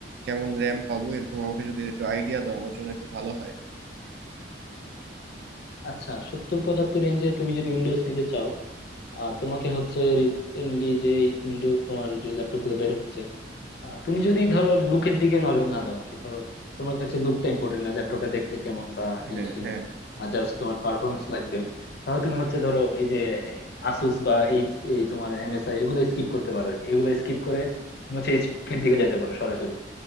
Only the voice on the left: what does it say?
আচ্ছা সত্তর পঁচাত্তর রেঞ্জে তুমি যদি উইন্ডোজ নিতে চাও আহ তোমাকে হচ্ছে রিসেন্টলি যে উইন্ডোজ তোমার যে ল্যাপটপ গুলো বের হচ্ছে আহ, তুমি যদি ধরো লুকের দিকে নজর না দাও আর কি ধরো তোমার কাছে লুকটা ইম্পর্টেন্ট না ল্যাপটপটা দেখতে কেমন বা
এই সেই
জাস্ট তোমার পারফরমেন্স লাগবে তাহলে তুমি হচ্ছে ধরো এই যে আসুস বা এই এই তোমার এমএসআই এগুলো স্কিপ করতে পারো আর কি এগুলো স্কিপ করে তুমি হচ্ছে এইচপির দিকে যেতে পারো সরাসরি